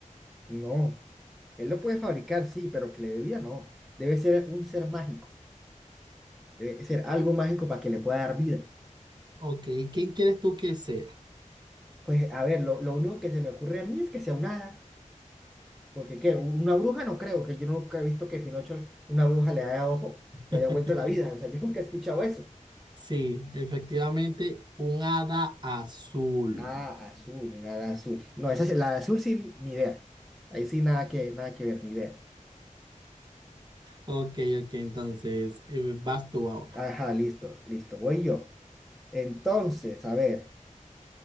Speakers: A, in the centre; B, on the right.
A: No, él lo puede fabricar, sí, pero que le dé vida, no. Debe ser un ser mágico, debe ser algo mágico para que le pueda dar vida.
B: Ok, ¿quién quieres tú que sea?
A: Pues a ver, lo, lo único que se me ocurre a mí es que sea un hada, porque ¿qué? Una bruja no creo, que yo nunca he visto que Pinocho, una bruja le haya, ojo,
B: <laughs>
A: lo haya vuelto la vida, o sea, <laughs> yo nunca he escuchado eso.
B: Sí, efectivamente, un hada azul.
A: Ah, azul, una hada azul. No, esa, sí- la de azul sin ni idea. Ahí sí nada que, nada que ver, ni idea.
B: Ok, ok, entonces eh, vas tú ahora.
A: Ajá, listo, listo, voy yo. Entonces, a ver,